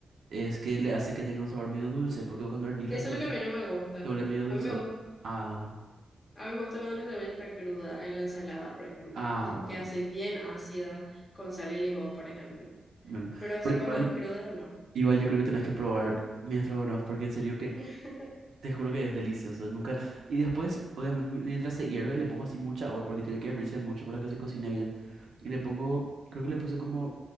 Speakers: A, on the right; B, on the left.
A: es que le hace que tenga un sabor medio dulce, porque cuando hervís
B: Eso
A: la cebolla
B: es lo que a mí no me gusta.
A: se vuelve medio dulzón.
B: A mí me gusta,
A: Ah,
B: A mí me gusta cuando la cebolla está cruda en la ensalada, por ejemplo,
A: ah, bueno,
B: que es así bien ácida con sal y limón, por ejemplo.
A: bueno,
B: Pero así
A: pero igual,
B: cuando es cruda, no.
A: igual yo creo que tenés que probar mi estrogonoff, porque en serio que
B: <laughs>
A: te juro que es delicioso, nunca. Y después, obviamente, mi- mientras se hierve le pongo así mucha agua, porque tiene que hervirse mucho para que se cocine bien. Y le pongo, creo que le puse como